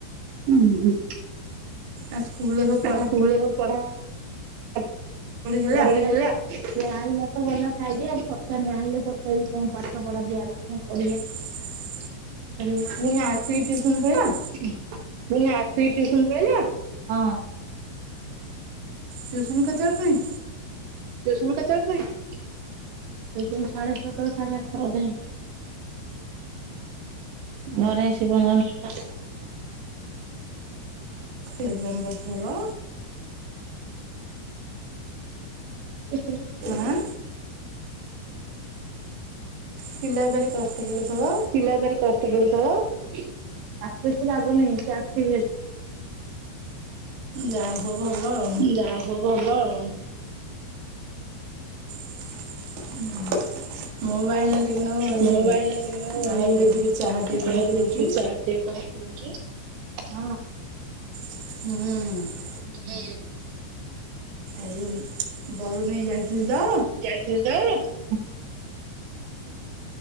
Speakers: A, on the right; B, on the right.
A: ହୁଁ ହୁଁ।
B: ଆଉ ସ୍କୁଲରେ ସବୁ ପଢ଼ାପଢ଼ି
A: ଆ ସ୍କୁଲରେ ସବୁ ପଢା <unintelligible>
B: ହେଲା
A: ସେଆଇଲା ତ ଗଲା ଖାଇକି ଆଉ ପଚାରିନି ଆଇଲେ ପଚାରିବି କଣ ପାଠ ପଢା ଦିଆ ହେଲା କଣ କହିବ।
B: ହ <unintelligible>
A: <unintelligible>
B: ପୁଣି ଆସିକି ଟ୍ୟୁସନ୍ ପଳେଇଲା?
A: ହଁ।
B: ଟ୍ୟୁସନ କେତେବେଳେ ଫୁଣି?
A: ଟ୍ୟୁସନ କେତେବେଳେ ଫୁଣି? ଟିଉସନ୍ ସାଢେ ଛଅଟାରୁ ସାଢ଼େ ଆଠଟା ବୋଧେ। ଘରେ ଆସିକି ପହଞ୍ଚିଲାବେଳକୁ ନଅଟା।
B: ଏ ଲେମ୍ବୁ ଝୋଳ।
A: ଆଁ <unintelligible>
B: ହାଁ ପିଲା ଭାରି କଷ୍ଟ ପଡ଼ୁଥିବ
A: ପିଲା ଭାରି କଷ୍ଟ ତାକୁ କିଛି ଲାଗୁନି ସେ ଆକ୍ଟିଭ ଅଛି।
B: ଯାହା ହୋଉ ଭଲ ଆଉ।
A: ଯାହା ହୋଉ ଭଲ ଆଉ।
B: ଓହୋ। ମୁଁ ପା ଏଇନା ଟିକେ ନାକୁ ଏଇ
A: ମୁଁ ବା ଏଇନା ଟିକେ ନାକୁ
B: ଆୟୁର୍ବେଦିକ
A: ଏଇ
B: ଚାହା ଟିକେ
A: ଆୟୁର୍ବେଦିକ
B: କରି ପିଉଛି।
A: ଚାହା ହଁ।
B: ହୁଁ।
A: <unintelligible>
B: ଏଇ ବରୁଣେଇ ଯାଇଥିଲି ତ
A: <unintelligible>